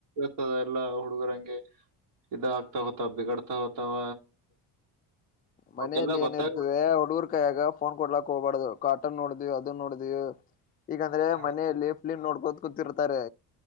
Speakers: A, on the right; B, on the left.
A: ಇತದ ಎಲ್ಲ ಹುಡುಗರಂಗೆ ಇದಾಗಗ್ತಾ ಹೋತಾವ ಬಿಗಾಡ್ತಾ ಹೋತಾವ ಅವಕ್ಕೆಲ್ಲ
B: ಮನೇಲಿ
A: ಗೊತ್ತಾಗ
B: ಏನಿರ್ತದೆ ಹುಡುಗರ್ ಕಾಯಯಾಗ ಫೋನ್ ಕೊಡ್ಲಾಕ್ ಹೋಗಬಾರ್ದು ಕಾಟನ್ ನೋಡ ಅದು ನೋಡಿದವಿ ಈಗಕಂದ್ರೆ
A: ಹೇಳತ್ತ
B: ಮನೆಯಲ್ಲಿ ಫಿಲ್ಮ್ ನೋಡ್ಕೋತ ಕೂತಿರ್ತಾರೆ